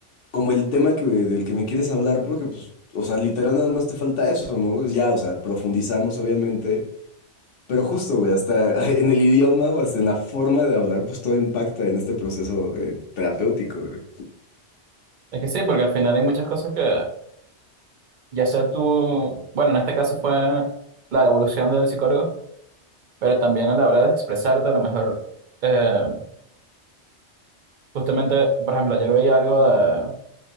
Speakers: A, on the left; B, on the right.
A: como el tema que, del que me quieres hablar, porque pues, o sea, literal nada más te falta eso, ¿no? Ya, o sea, profundizamos obviamente, pero justo, güey, hasta <laughs> en el idioma o hasta en la forma de hablar, pues todo impacta en este proceso eh, terapéutico, güey.
B: es que sí, porque al final hay muchas cosas que... ya sea tú, bueno, en este caso fue la devolución del psicólogo, pero también a la hora de expresarte, a lo mejor, eh, justamente, por ejemplo, ayer veía algo de-